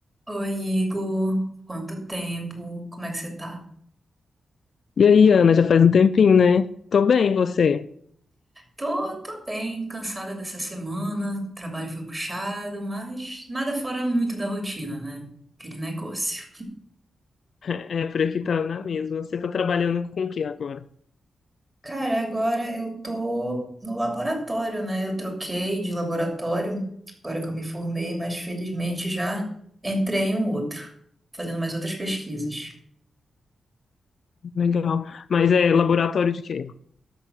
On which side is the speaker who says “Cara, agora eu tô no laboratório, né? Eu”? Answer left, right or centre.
Right